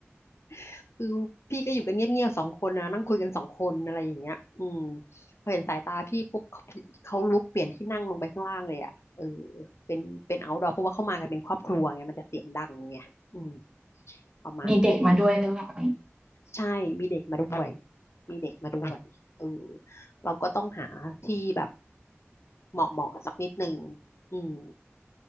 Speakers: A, on the left; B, on the right.
A: <laughs> คือพี่ก็อยู่กันเงียบๆสองคนนะนั่งคุยกันสองคนอะไรอย่างเงี้ยอืมพอเห็นสายตาพี่ปุ๊บเขาเขาลุกเปลี่ยนที่นั่งลงไปข้างล่างเลยอ่ะเออเป็นเป็นเอาท์ดอร์เพราะว่าเข้ามากันเป็นครอบครัวไงมันจะเสียงดังไงอืมประมาณนั้น
B: มีเด็กมาด้วยหรือเปล่า
A: ใช่มีเด็กมาด้วยมีเด็กมาด้วยเออเราก็ต้องหาที่แบบเหมาะเหมาะสักนิดหนึ่งอืม